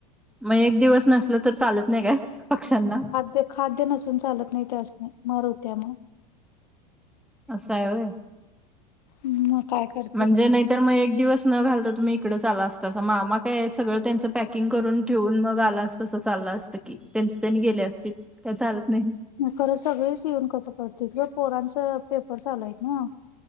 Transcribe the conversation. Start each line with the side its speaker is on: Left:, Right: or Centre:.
Centre: मग एक दिवस नसल तर चालत नाही काय पक्ष्यांना?
Left: ते खाद्य नसून चालत नाही. त्यासनी मर होत्या मग
Centre: असं हाय होय.
Left: मग काय कर
Centre: म्हणजे नाहीतर मग एक दिवस न घालता तुम्ही इकड आला असतासा. मामा काय सगळं त्यांच पॅक किंग करून ठेवून. मग आला असतासा चाललं असतं की त्यांच त्यांनी गेले असते काय चालत नाही?
Left: खरं, सगळेच येऊन कसं करतीस गं. पोरांच पेपर चालू आहे नव्ह.